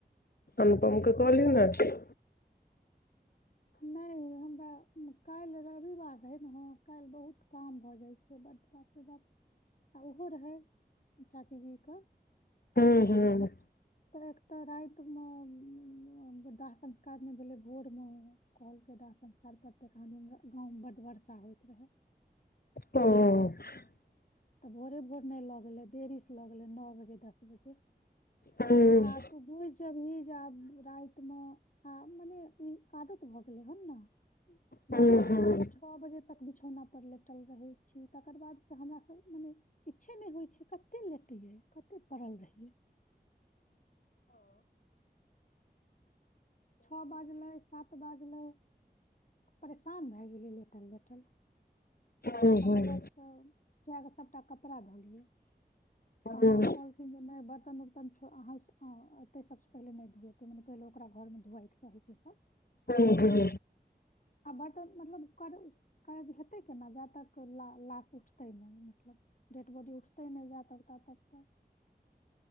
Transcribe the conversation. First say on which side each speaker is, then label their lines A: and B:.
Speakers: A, on the left; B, on the left.
A: अनुपमके कले न छैय।
B: <inaudible> नहि हमरा काहिल रविवार रहे न ह काहिल बहुत काम भऽ जाय बड बाप रे बाप आ ओहो रहै चाचीजीक।
A: ह्म ह्म
B: तऽ एकत रातिमे दाह संस्कार नहि भेलै भोरमे कलके दाह संस्कार प्रत्य क दिन गाँवमे बड्ड वर्षा होइत रहय
A: ह्म
B: तऽ भोरे भोर नहि ल गेलै देरी से ल गेलै नओ बजे दस बजे
A: हूँ
B: आ तू बूइझ जेबही जे आब राइत ने हं मने इ आदत भ <unintelligible>
A: हूँ
B: बहुत
A: हूँ
B: बहुत छ बजे तक बिछौना पर लेटल रहै छी तकर बाद से हमरा सब मने इच्छे नहि होइ छै कते लेटियै कते पड़ल रहियै छओ बाजलै सात बाजलै परेशान भए गेलै लेटल लेटल
A: हँ
B: तकर
A: हूँ
B: बादसँ
A: हूँ
B: चएके सभटा कपड़ा धोलियै
A: हूँ
B: आ माँ कहलखिन जे नहि बर्तन उर्तनो छो अहां एतै सबसँ पहिले नहि धुएते मने पहिले ओकरा घरमे धोआएके चाहै छै सब
A: ह्म ह्म
B: आ बर्तन मतलब करय काज हेतै केना जा कर ला लास उठतै नहि मतलब डेड बॉडी उठ ते नहि जा तक ता तक